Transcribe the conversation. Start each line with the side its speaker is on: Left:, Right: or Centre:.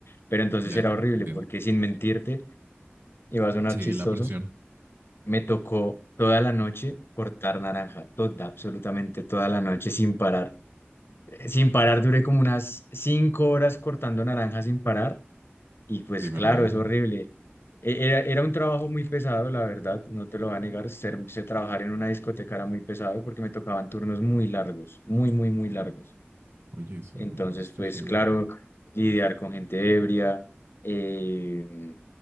Left: Pero entonces
Right: ya,
Left: era
Right: ya, te
Left: horrible
Right: entiendo.
Left: porque sin mentirte, iba a sonar
Right: Sí,
Left: chistoso,
Right: la presión,
Left: me tocó toda la noche cortar naranja, toda, absolutamente toda la noche sin parar. Eh, Sin parar duré como unas cinco horas cortando naranja sin parar y pues
Right: de verdad.
Left: claro, es horrible. E- Era, era un trabajo muy pesado, la verdad, no te lo voy a negar, ser, ser- trabajar en una discoteca era muy pesado porque me tocaban turnos muy largos, muy, muy, muy largos.
Right: Oye, eso
Left: Entonces,
Right: está
Left: pues
Right: heavy.
Left: claro, lidiar con gente ebria, eh,